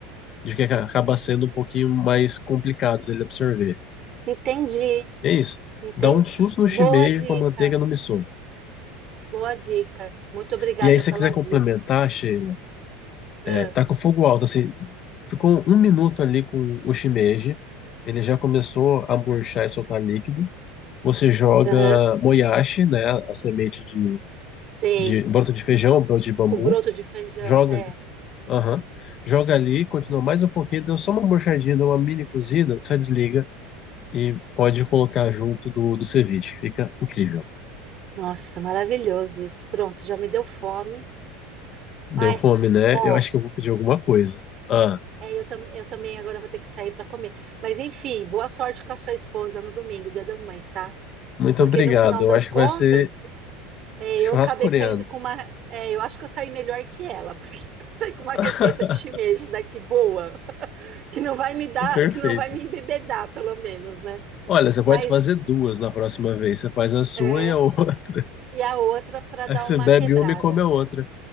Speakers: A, on the left; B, on the right.
A: de que acaba sendo um pouquinho mais complicado dele absorver.
B: Entendi,
A: E é isso.
B: entendi.
A: Dá um susto no
B: Boa
A: shimeji
B: dica,
A: com a manteiga no miso.
B: boa dica. Muito obrigada
A: E aí se
B: pela
A: você quiser
B: dica.
A: complementar, Sheila,
B: Ah,
A: É, tá com fogo alto, assim. Ficou um minuto ali com o shimeji. Ele já começou a murchar e soltar líquido. Você joga
B: Aham,
A: moyashi, né? A semente de,
B: Sei.
A: de broto de feijão, broto de bambu.
B: O broto de feijão,
A: Joga
B: é.
A: ali. Aham. Joga ali, continua mais um pouquinho. Deu só uma murchadinha, deu uma mini cozida. Só desliga e pode colocar junto do, do ceviche. Fica incrível.
B: Nossa, maravilhoso isso. Pronto, já me deu fome.
A: Deu
B: Ai,
A: fome, né?
B: ó,
A: Eu acho que eu vou pedir alguma coisa. Ah,
B: é, eu, tam eu também agora vou ter que sair para comer. Mas enfim, boa sorte com a sua esposa no domingo, Dia das Mães, tá?
A: muito
B: Porque
A: obrigado.
B: no final
A: Eu
B: das
A: acho
B: contas,
A: que vai ser
B: É,
A: churrasco
B: eu acabei
A: coreano.
B: saindo com uma. é, eu acho que eu saí melhor que ela, porque <laughs> eu saí com uma receita
A: <laughs>
B: de shimeji daqui boa, que não vai me dar,
A: Perfeito.
B: que não vai me embebedar, pelo menos, né?
A: Olha, você
B: Mas
A: pode fazer duas na próxima vez. Você faz a sua
B: é,
A: e a outra.
B: e a outra
A: <laughs>
B: para dar
A: Aí você
B: uma
A: bebe
B: quebrada.
A: uma e come a outra.